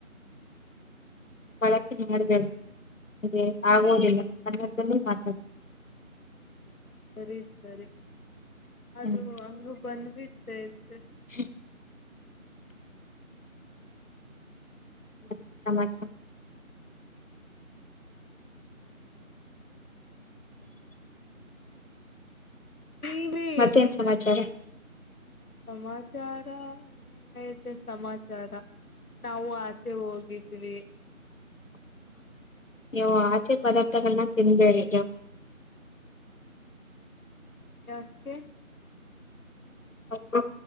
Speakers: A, on the left; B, on the left.
A: <unintelligible>
B: <unintelligible> <unintelligible>
A: ಹ್ಮ್
B: <unintelligible>
A: <unintelligible> <unintelligible>
B: ನೀವೇ
A: ಮತ್ತೇನು
B: ಹೇಳಿ
A: ಸಮಾಚಾರ
B: ನನಗೆ ಸಮಾಚಾರ ಏನಿದೆ ಸಮಾಚಾರ ನಾವು ಆಚೆ ಹೋಗಿದ್ವಿ
A: ಯು ಆಚೆಯ ಪದಾರ್ಥಗಳನ್ನು ತಿನ್ನಬೇಡಿ
B: ಯಾಕೆ
A: ಹೌದು